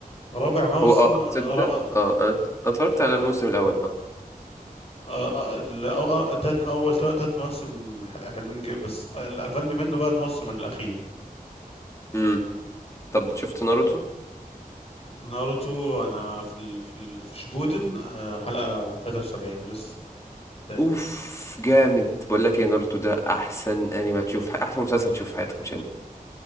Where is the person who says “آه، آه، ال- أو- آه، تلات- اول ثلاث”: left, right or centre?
Left